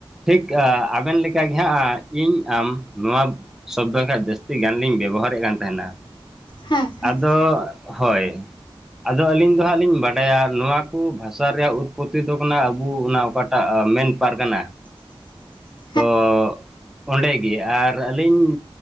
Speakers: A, in the centre; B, on the left (about 55°).
A: ᱴᱷᱤᱠ ᱟ ᱟᱵᱮᱱ ᱞᱮᱠᱟ ᱜᱮ ᱦᱟᱸᱜ ᱤᱧ ᱟᱢ ᱱᱚᱣᱟ ᱥᱚᱵᱫ ᱵᱟᱝ ᱠᱟᱷᱡ ᱡᱟᱹᱥᱛᱤ ᱜᱟᱱ ᱞᱤᱧ ᱵᱮᱵᱚᱦᱟᱨᱮᱫ ᱠᱟᱱ ᱛᱟᱦᱮᱱᱟ
B: ᱦᱮᱸ ᱦᱮᱸ
A: ᱟᱫᱚ ᱦᱳᱭ ᱟᱫᱚ ᱟᱹᱞᱤᱧ ᱫᱚ ᱦᱟᱸᱜ ᱞᱤᱧ ᱵᱟᱰᱟᱭᱟ ᱱᱩᱣᱟ ᱠᱩ ᱵᱷᱟᱥᱟ ᱨᱮᱭᱟᱜ ᱩᱛᱯᱚᱛᱛᱤ ᱫᱚ ᱠᱟᱱᱟ ᱟᱵᱩ ᱚᱱᱟ ᱚᱠᱟ ᱟᱜ ᱢᱮᱱ ᱯᱟᱨᱜᱟᱱᱟ,
B: <inaudible>
A: ᱛᱚ ᱚᱸᱰᱮᱜᱮ ᱟᱨ ᱟᱹᱞᱤᱧ